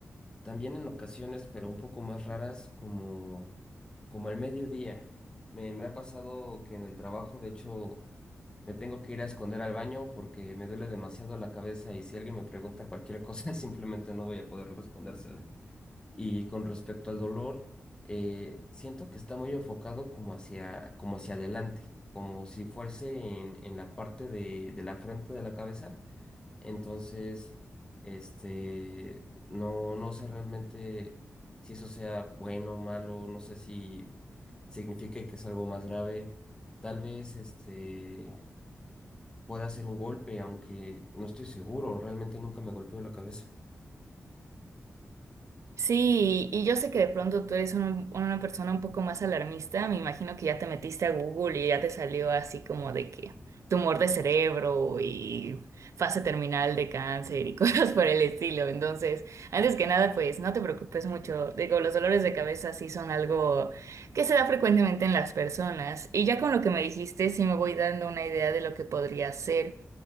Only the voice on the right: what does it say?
Sí, y yo sé que de pronto tú eres un- una persona un poco más alarmista. Me imagino que ya te metiste a Google y ya te salió así como de que tumor de cerebro y fase terminal de cáncer y <laughs> cosas por el estilo. Entonces, antes que nada, pues no te preocupes mucho. Digo, los dolores de cabeza sí son algo que se da frecuentemente en las personas. Y ya con lo que me dijiste, sí me voy dando una idea de lo que podría ser.